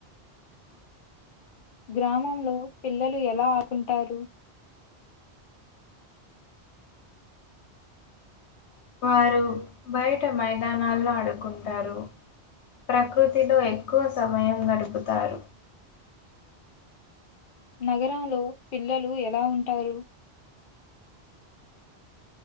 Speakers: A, on the left; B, on the left.
A: గ్రామంలో పిల్లలు ఎలా ఆకుంటారు
B: వారు బయట మైదానాల్లో ఆడుకుంటారు ప్రకృతిలో ఎక్కువ సమయం గడుపుతారు
A: నగరంలో పిల్లలు ఎలా ఉంటారు